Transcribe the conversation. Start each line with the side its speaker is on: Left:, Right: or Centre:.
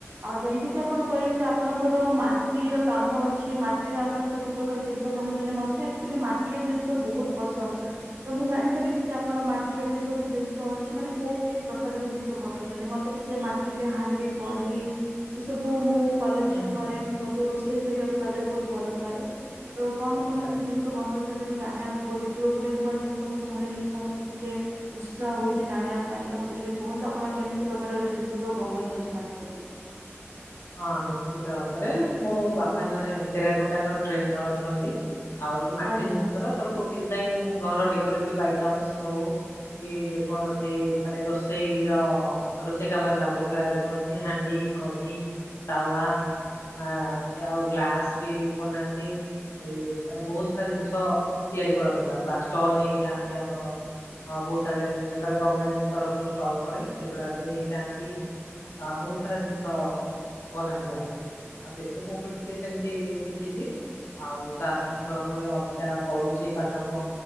Right: ଆଉ ଯେମତି କିି ଆପଣ କହିଲେ କି ଆପଣଙ୍କର ମାଟିର କାମ ଅଛି, ମାଟିରେ ଆପଣ ସବୁ ପ୍ରକାର ଯେ ସବୁ ବନଉଚନ୍ତି ନା ମତେ ଏକଚୁଆଲି ମା ଏଇ ଜିନିଷ ବହୁତ୍ ପସନ୍ଦ ତ ମୁଁ ଜାଣିପାରିବି କି ଆପଣ ମାଟିର ଜିନ ସବୁ ଜିନିଷ ଅଛି ମାନେ କୋଉ କୋଉ ପ୍ରକାରର ଜିନିଷ ବନଉଚନ୍ତି ମତେ ଟିକେ ମାଟିରେ ହାଣ୍ଡି, କଢେଇ ଏ ସବୁ ମୁଁ କଲେକ୍ସନ
Left: ହୁଁ
Right: କରେ
Left: ହୁଁ
Right: ମୁଁ ମଧ୍ୟ ରୋଷେଇ କରିବାକୁ ତା ଦେହରେ ବହୁତ ଭଲ ପାଏ ତ କଣ
Left: ଆଚ୍ଛା
Right: କଣ ସବୁ ଜିନ ଷ ବନଉଚନ୍ତି ମୁଁ ଜାଣିବାକୁ ବହୁତ୍ ଇଛୁକ ଗୋଟେ ନୂଆ ଜିନିଷ ମୁଁ ଶୁଣିଲି ତ ମତେ ଟିକେ ଉତ୍ସାହ ହଉଛି ଜାଣିବା ପାଇଁ ତ ମତେ ଟିକେ କୁହନ୍ତୁ ଆପଣ କେମିତି ପ୍ରକାରର ଜିନିଷ ସବୁ ବନଉଚନ୍ତି ମାଟିରେ।
Left: ହଁ ନିଶ୍ଚିତ ଭାବରେ ମୋ ବାପା ଜଣେ ଟେରାକୋଟା ର ଟ୍ରେନର ଅଛନ୍ତି। ଆଉ ସେ ମାଟି
Right: ଆଜ୍ଞା।
Left: ଜିନିଷର ସବୁ ଡିଜାଇନ୍‌ ଘର ଡେକୋରେଟିପ୍ ଆଇଟମ୍ସ ହଉ କି ଯେ କୌଣସି ମାନେ ରୋଷେଇ ର ରୋଷେଇ କାମରେ ଲାଗୁଥିବା ଯେକୌଣସି ସେ ହାଣ୍ଡି, କଢେଇ, ତାୱା ଆ ଆଉ ଗ୍ଲାସ ବି ବନାନ୍ତି। ଏ ମାନେ ବହୁତ୍ ସାରା ଜିନିଷ ତିଆରି କରନ୍ତି ବାପା ଷ୍ଟଲ ନେଇକି ଯାଆନ୍ତି ଆମର ହଁ ବହୁତ୍ ଆଡେ ଯେତେବେଳେ ଗର୍ମେଣ୍ଟ ତରଫରୁ ଷ୍ଟଲ ପଡେ ସେଗୁଡା ବି ନେଇକି ଯାଆନ୍ତି ଆ ବହୁତ୍ ସାରା ଜିନିଷ ବନାନ୍ତି ବାପା ଆଉ ସେଥିରୁ ମୁଁ ବି ଟିକେ ସେମତି ଶିଖିଛି। ଆଉ ତା ସହିତ ମୁଁ ଏ ଅବିକା ପଢୁଛି ପାଠ ପ